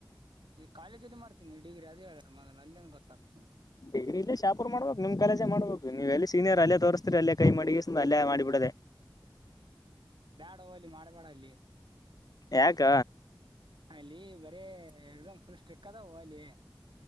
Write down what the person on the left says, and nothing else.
ಡಿಗ್ರಿ ಇಲ್ಲೇ ಶಾಪುರ್ ಮಾಡ್ಬೇಕು ನಿಮ್ ಕಾಲೇಜ್ ಮಾಡ್ಬೇಕು ನೀವ್ ಸೀನಿಯರ್ ಅಲ್ಲೇ ತೋರಿಸ್ತೀರಿ ಅಲ್ಲೇ ಕೈ ಮಾಡಿ ಅಲ್ಲೇ ಮಾಡಿಬಿಡೊದೆ
ಯಾಕ್